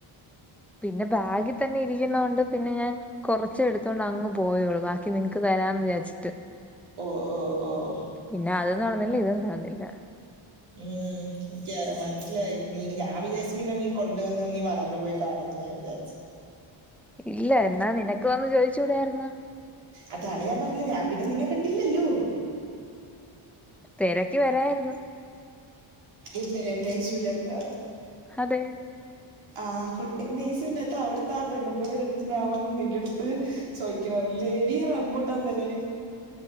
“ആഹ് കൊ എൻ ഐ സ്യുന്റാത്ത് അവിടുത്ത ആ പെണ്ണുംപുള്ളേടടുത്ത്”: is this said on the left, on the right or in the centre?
Right